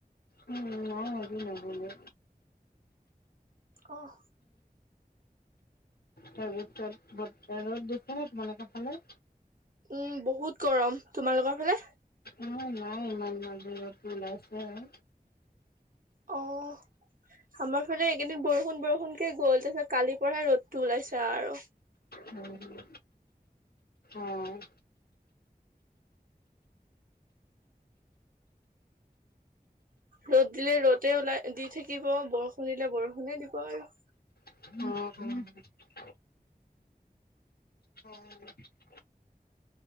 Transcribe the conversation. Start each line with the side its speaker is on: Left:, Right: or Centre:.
Left: উম, নাই আজি নগ'লো।
Right: অহ।
Left: তাৰপিছত <unintelligible> ৰ'দ দিছে নে তোমালোকৰ ফালে?
Right: উম, বহুত গৰম, তোমালোকৰ ফালে?
Left: আমাৰ নাই ইমান মাজৰ ৰ'দ টো ওলাইছে হে।
Right: অ'। আমাৰ ফালে এইকেইদিন বৰষুণ বৰষুণ কে গ'ল তাৰপিছত কালিৰ পৰাহে ৰ'দটো ওলাইছে আৰু।
Left: উম, অ'।
Right: ৰ'দ দিলে ৰ'দে ওলাই দি থাকিব বৰষুণ দিলে বৰষুণে দিব আৰু।
Left: অ', অ'। অ'।